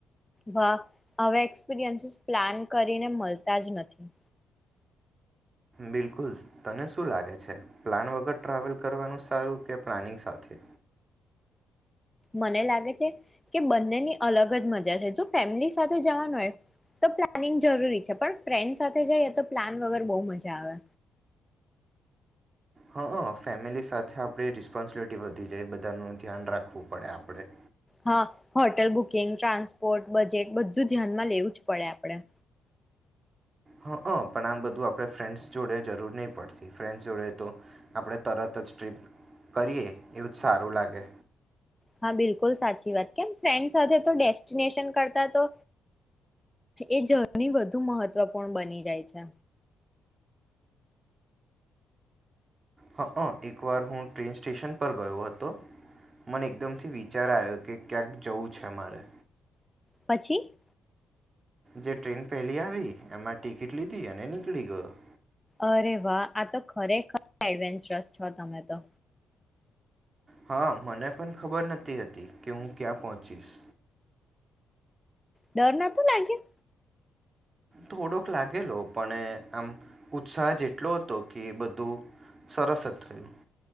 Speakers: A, in the centre; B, on the right.
A: વાહ, હવે એક્સપિરિયન્સીસ પ્લાન કરીને મળતા જ નથી.
B: બિલકુલ, તને શું લાગે છે? પ્લાન વગર ટ્રાવેલ કરવાનું સારું કે પ્લાનિંગ સાથે?
A: મને લાગે છે કે બંનેની અલગ જ મજા છે. જો ફેમિલી સાથે જવાનું હોય, તો પ્લાનિંગ જરૂરી છે, પણ ફ્રેન્ડ સાથે જઈએ, તો પ્લાન વગર બહુ મજા આવે.
B: હા, ફેમિલી સાથે આપણે રિસ્પોન્સિબિલિટી વધી જાય. બધાનું ધ્યાન રાખવું પડે આપણને.
A: હા, હોટલ બુકિંગ, ટ્રાન્સપોર્ટ, બજેટ-બધું ધ્યાનમાં લેવું જ પડે આપડે.
B: હ, પણ આમ બધું આપણે ફ્રેન્ડ્સ જોડે જરૂર નહીં પડતી. ફ્રેન્ડ્સ જોડે તો આપણે તરત જ ટ્રીપ કરીએ, એવું જ સારું લાગે.
A: હા, બિલકુલ સાચી વાત. કેમ, ફ્રેન્ડ સાથે તો ડેસ્ટિનેશન કરતા તો એ જર્ની વધુ મહત્વપૂર્ણ બની જાય છે.
B: હ, અ એકવાર હું ટ્રેન સ્ટેશન પર ગયો હતો. મને એકદમથી વિચાર આવ્યો કે ક્યાંક જવું છે મારે.
A: પછી?
B: જે ટ્રેન પહેલી આવી, એમાં ટિકિટ લીધી અને નીકળી ગયો.
A: અરે વાહ, આ તો ખરેખર એડવેન્ચરસ છો તમે તો!
B: હા, મને પણ ખબર નથી હતી કે હું ક્યાં પહોંચીશ.
A: ડર નાતો લાગ્યો?
B: થોડોક લાગેલો, પણ આમ ઉત્સાહ જ એટલો હતો કે એ બધું સરસ જ થયું.